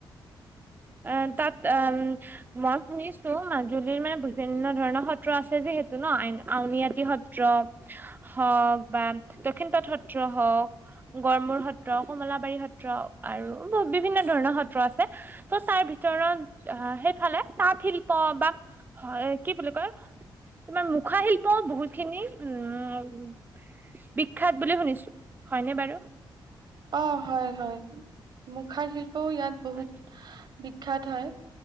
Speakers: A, on the right (about 20°); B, on the right (about 60°).
A: এ তাত
B: অ
A: এম মই শুনিছো মাজুলীৰ মানে বিভিন্ন ধৰণৰ সত্ৰ আছে যিহেতু ন আ আউনীআটী সত্ৰ। হওক বা দক্ষিণ পাট সত্ৰ হওক। গড়মূুৰ সত্ৰ কমলাবাৰী সত্ৰ আৰু বহু বিভিন্ন ধৰণৰ সত্ৰ আছে। তাৰ ভিতৰত আহ সেইফালে তাঁত শিল্প বা কি বুলি কয়, তোমাৰ মুখা শিল্পও বহুত খিনি, উম বিখ্যাত বুলি শুনিছো। হয়নে বাৰু?
B: অ হয় হয় মুখাৰ শিল্প ইয়াত বহুত
A: আচ্ছা
B: বি খ্যাত হয়।